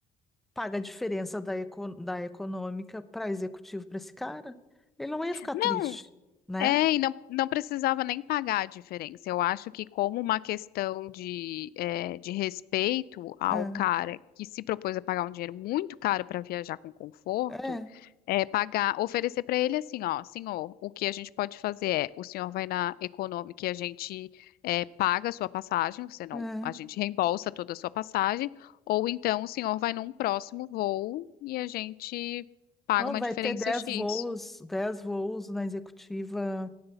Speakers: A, in the centre; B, on the left.
A: paga a diferença da, eco- da econômica para executivo para esse cara. Ele não ia ficar
B: Não.
A: triste, né?
B: É, e não, não precisava nem pagar a diferença. Eu acho que, como uma questão de, é, de respeito ao
A: É,
B: cara que se propôs a pagar um dinheiro muito caro para viajar com conforto,
A: é, é.
B: é pagar, oferecer para ele assim: ó, senhor, o que a gente pode fazer é: o senhor vai na Econômica e a gente é, paga a sua passagem, você não,
A: é.
B: a gente reembolsa toda a sua passagem, ou então o senhor vai num próximo voo e a gente paga
A: Não,
B: uma
A: vai
B: diferença
A: ter dez
B: X.
A: voos, 10 voos na executiva,